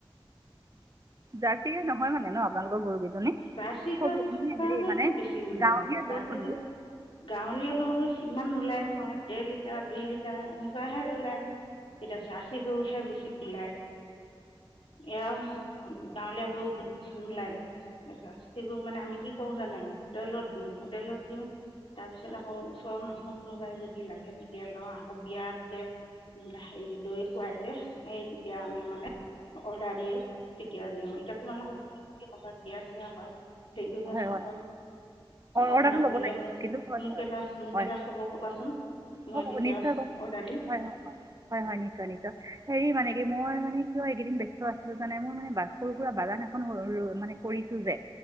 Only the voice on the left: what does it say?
জাৰ্চি
গৰু
কাৰণেটো
বেছি ওলাই
আক জাৰ্চি
গৰু গাঁৱলীয়া গৰু ইমান নোলায় নহয় ডেৰ লিটাৰ দুই লিটাৰ এনেকুৱাহে ওলায় এতিয়া জাৰ্চি গৰুহে বেছি ওলায় এয়া গাঁৱলীয়া গৰু বোৰত নোলায় জাৰ্চী গৰু মানে আমি কি কৰো জানে হোটেলত দিওঁ হোটেলত দিওঁ তাৰপিছত আকৌ ওচৰৰ মানুহ কোনোবাই যদি লাগে তেতিয়া লয় আকৌ বিয়াত যে হেৰি দৈ খোৱাই যে সেই তেতিয়া আমি মানে অৰ্ডাৰ দিয়ে তেতিয়া দিওঁ এতিয়া তোমালোকক কেনেকে দিয়া চিয়া হয়। হেৰি কৰিবাচোন
অৰ্ডাৰ
কৰিলে
মোক
মোক
এটা মোক
এটা
খবৰ ক'বাচোন মই
তেতিয়া
অৰ্ডাৰ দিম